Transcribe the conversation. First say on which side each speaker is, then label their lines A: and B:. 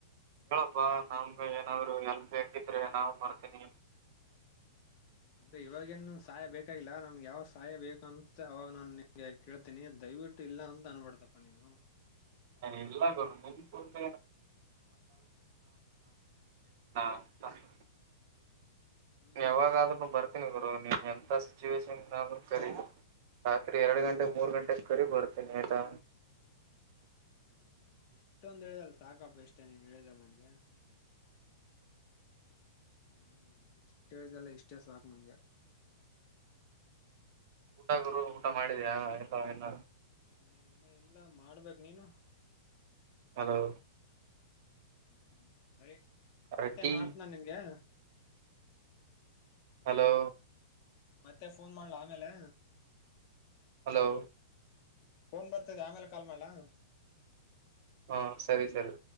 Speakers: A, on the right; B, on the left.
A: ಹೇಳಪ್ಪಾ ನಮ್ದ ಏನಾದ್ರು ಹೆಲ್ಪ್ ಬೇಕಿದ್ರೆ ನಾವು ಬರ್ತೀನಿ.
B: ಅಂದ್ರೆ ಇವಾಗೇನು ಸಹಾಯ ಬೇಕಾಗಿಲ್ಲ ನನ್ಗ ಯಾವಗ ಸಹಾಯ ಬೇಕು ಅನ್ಸುತ್ತೆ ಅವಾಗ ನಾನ್ ನಿಮಗೆ. ಕೇಳ್ತೀನಿ ದಯವಿಟ್ಟು ಇಲ್ಲ ಅಂತ ಅನ್ಬಡ್ತಪ್ಪಾ ನೀನು.
A: ಇಲ್ಲ ಗುರು ಕೊಡ್ತ <unintelligible> <unintelligible>
B: ಹ್ಮ್
A: ಯಾವಾಗಾದರು ಬರ್ತೀನಿ ಗುರು ನೀನ್ ಎಂತ ಸಿಚುವೇೇಶನ್ ಆದ್ರೂ ಕರೀ. ರಾತ್ರಿ ಎರಡು ಗಂಟೆಗೆ ಮೂರ್ ಗಂಟೆಗೆ ಕರಿ ಬರ್ತೇನೆ ಆಯ್ತಾ.
B: ಹೌದಾ ಇಷ್ಟೊಂದ್ ಹೇಳಿದಲ್ಲ ಸಾಕಪ್ಪ ಎಷ್ಟೇ ನೀನ್ ಹೇಳಿದಲ್ ನನ್ಗೆ. ಹ್ಮ್ ಹೇಳಿದೆಲ್ಲ ಇಷ್ಟೇ ಸಾಕ್ ನನ್ಗೆ.
A: ಊಟ ಗುರು ಊಟ ಮಾಡಿದ್ಯಾ ಎಲ್ಲ ಇಲ್ಲ.
B: ಹ್ಮ ಇನ್ನ ಇಲ್ಲ ಮಾಡ್ಬೇಕು ನೀನು.
A: ಹಲೋ
B: ಹ್ಮ ಸರಿ
A: ಅರೆ
B: ಮತ್ತೆ
A: ಟೀ
B: ಮಾಡತನ ನಿನ್ಗೆ.
A: ಹಲೋ
B: ಮತ್ತೆ ಫೋನ್ ಮಾಡ್ಲ ಆಮೇಲೆ.
A: ಹಲೋ
B: ಫೋನ್ ಬರ್ತಿದೆ ಆಮೇಲೆ ಕಾಲ್ ಮಾಡಲಾ?
A: ಹಾ ಸರಿ ಸರಿ.